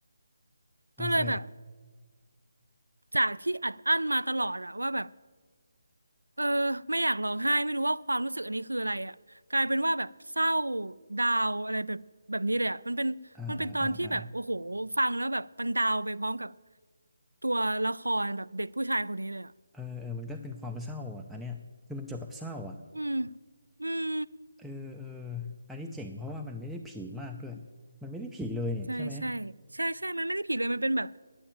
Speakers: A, in the centre; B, on the right.
A: โอเค
B: ก็เลยแบบจากที่อัดอั้นมาตลอดอะว่าแบบ เออไม่อยากร้องไห้ไม่รู้ว่าความรู้สึกอันนี้คืออะไรอ่ะกลายเป็นว่าแบบเศร้าดาวอะไรแบบแบบนี้เลยอ่ะมันเป็นมันเป็นตอนที่แบบโอ้โหฟังแล้วแบบมันดาวไปพร้อมกับ
A: อ่าอ่าอ่าอ่า
B: ตัวละครแบบเด็กผู้ชายคนนี้เลยอ่ะ
A: เออเออมันก็เป็นความเศร้าอ่ะอันเนี้ยคือมันจบแบบเศร้าอ่ะ
B: อืมอืม
A: เออเอออันนี้เจ๋งเพราะว่ามันไม่ได้ผีมากด้วยมันไม่ได้ผีเลยเนี่ยใช่ไหม
B: ใช่ใช่ใช่ใช่มันไม่ได้ผิดเลยมันเป็นแบบ